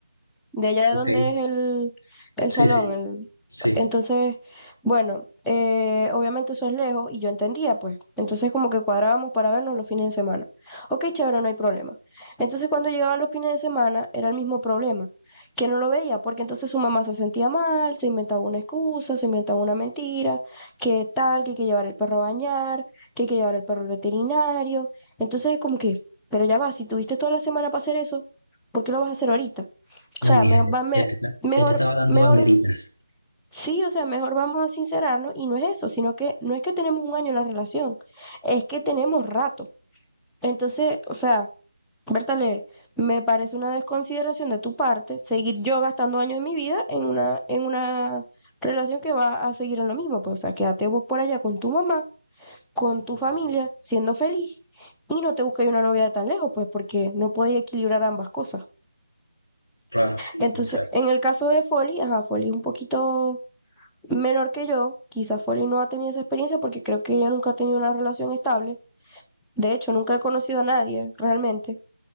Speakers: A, in the centre; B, on the left.
A: de allá
B: Ok.
A: de donde es el, el
B: Sí,
A: salón.
B: sí,
A: el-
B: sí.
A: Entonces, bueno, eh, obviamente eso es lejos y yo entendía, pues. Entonces como que cuadrábamos para vernos los fines de semana. Ok, chévere, no hay problema. Entonces cuando llegaban los fines de semana era el mismo problema, que no lo veía, porque entonces su mamá se sentía mal, se inventaba una excusa, se inventaba una mentira, que tal, que hay que llevar el perro a bañar, que hay que llevar el perro al veterinario. Entonces es como que, pero ya va, si tuviste toda la semana para hacer eso, ¿por qué lo vas a hacer ahorita? O
B: No,
A: sea,
B: mija,
A: me,
B: ya,
A: va- me-
B: ya te, ta-
A: mejor,
B: ya te estaba dando
A: mejor,
B: banderitas.
A: sí, o sea, mejor vamos a sincerarnos y no es eso, sino que no es que tenemos un año en la relación, es que tenemos rato. Entonces, o sea, Bertale, me parece una desconsideración de tu parte seguir yo gastando años de mi vida en una, en una relación que va a seguir en lo mismo. Pues, o sea, quédate vos por allá con tu mamá, con tu familia, siendo feliz. Y no te busques una novia de tan lejos, pues, porque no podéis equilibrar ambas cosas.
B: Claro, sí,
A: Entonces,
B: sí, exacto.
A: en el caso de Folly, ajá, Folly es un poquito menor que yo, quizá Folly no ha tenido esa experiencia porque creo que ella nunca ha tenido una relación estable. De hecho, nunca he conocido a nadie realmente.